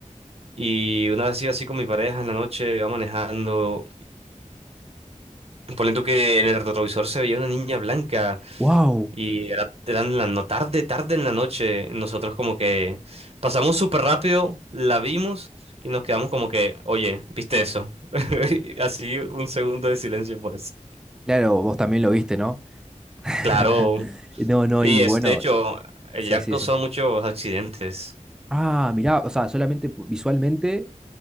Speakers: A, on the right; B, in the centre.
A: Y una vez iba así con mi pareja en la noche, iba manejando Ponen tú que en el retrovisor se veía una niña blanca
B: ¡Wow!
A: y era, eran la no tarde, tarde en la noche. Nosotros como que pasamos súper rápido, la vimos y nos quedamos como que, oye, ¿viste eso? <laughs> Así un segundo de silencio por eso.
B: Claro, vos también lo viste, ¿no? <laughs>
A: Claro.
B: No, no,
A: Y
B: y
A: es,
B: bueno,
A: de hecho, ella
B: sí,
A: ha
B: sí,
A: causado
B: sí.
A: muchos accidentes.
B: Ah, mirá, o sea, solamente pu- visualmente,